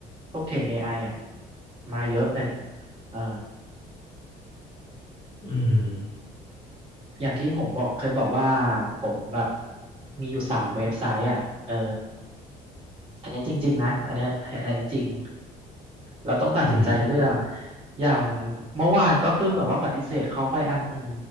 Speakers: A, on the right; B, on the left.
A: พวกเทรน AI อไออ่ะมาเยอะเลยเออ
B: อืม
A: อย่างที่ผมบอกเคยบอกว่าผมแบบมีอยู่สามเว็บไซต์อ่ะเอออันเนี้ยจริงๆนะอันเนี้ยอันจริงเราต้องตัดสินใจอืเลืมอก
B: อืม
A: อย่างเมื่อวานก็เพิ่งแบบว่าปฏิเสธเขาไปอันหนึ่ง